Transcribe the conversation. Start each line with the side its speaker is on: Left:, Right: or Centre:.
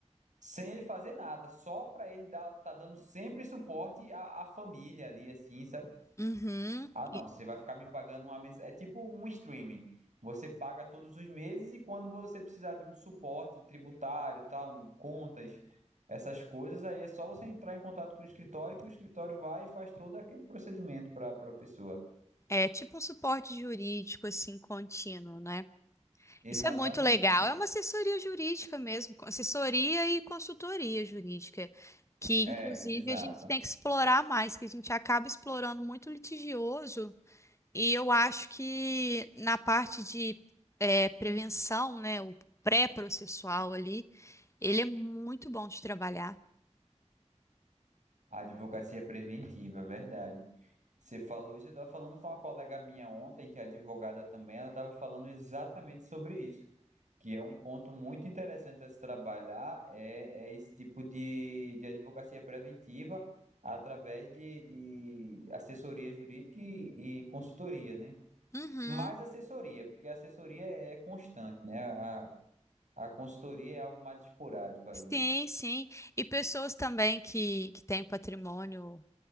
Right: sem ele fazer nada, só para ele dar, tá dando sempre suporte à, à família ali, assim, sabe?
Left: Uhum.
Right: Ah, não,
Left: E
Right: você vai ficar me pagando uma mensalidade. É tipo um streaming. Você paga todos os meses e quando você precisar de um suporte tributário, tal, um contas, essas coisas, aí é só você entrar em contato com o escritório que o escritório vai e faz todo aquele procedimento para a pessoa.
Left: É tipo um suporte jurídico, assim, contínuo, né?
Right: Exatamente.
Left: Isso é muito legal. É uma assessoria jurídica mesmo, co- assessoria e consultoria jurídica, que
Right: É,
Left: inclusive
Right: exato.
Left: a gente tem que explorar mais, que a gente acaba explorando muito litigioso. E eu acho que na parte de é, prevenção, né, o pré-processual ali, ele é muito bom de trabalhar.
Right: A advocacia preventiva, verdade. Você falou isso, eu estava falando com uma colega minha ontem, que é advogada também, ela estava falando exatamente sobre isso, que é um ponto muito interessante a se trabalhar, é, é esse tipo de, de advocacia preventiva através de, de assessoria jurídica e, e consultoria, né?
Left: Uhum.
Right: Mais assessoria, porque a assessoria é é constante, né? A, a consultoria é algo mais esporádico ali.
Left: Sim, sim. E pessoas também que, que têm patrimônio,